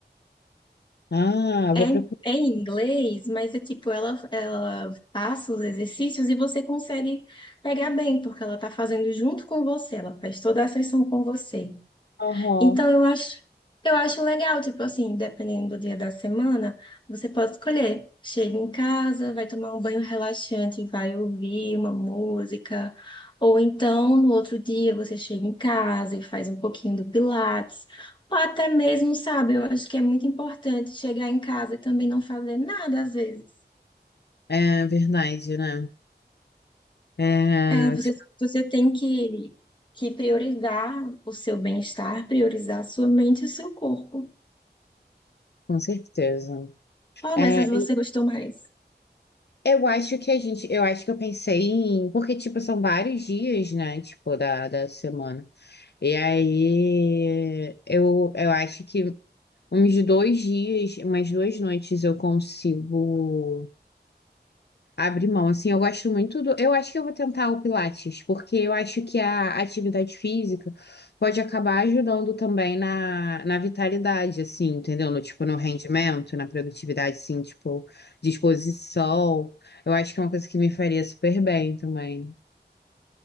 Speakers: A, on the left; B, on the left.
A: Ah, eu
B: É,
A: vou
B: em-
A: procurar.
B: é em inglês, mas é tipo, ela, ela passa os exercícios e você consegue pegar bem, porque ela tá fazendo junto com você, ela faz toda a sessão com você.
A: Aham.
B: Então eu acho, eu acho legal, tipo assim, dependendo do dia da semana, você pode escolher. Chega em casa, vai tomar um banho relaxante, vai ouvir uma música, ou então no outro dia você chega em casa e faz um pouquinho do Pilates, ou até mesmo, sabe, eu acho que é muito importante chegar em casa e também não fazer nada às vezes.
A: É verdade, né? É,
B: É, você,
A: tipo,
B: você tem que, que priorizar o seu bem-estar, priorizar a sua mente e o seu corpo.
A: com certeza.
B: Qual
A: É,
B: dessas você gostou mais?
A: eu acho que a gente, eu acho que eu pensei em, porque, tipo, são vários dias, né? Tipo, da, da semana. E aí, eu, eu acho que uns dois dias, umas duas noites eu consigo abrir mão. Assim, eu gosto muito do. Eu acho que eu vou tentar o Pilates, porque eu acho que a atividade física pode acabar ajudando também na, na vitalidade, assim, entendeu? No, tipo, no rendimento, na produtividade, assim, tipo, disposição. Eu acho que é uma coisa que me faria super bem também.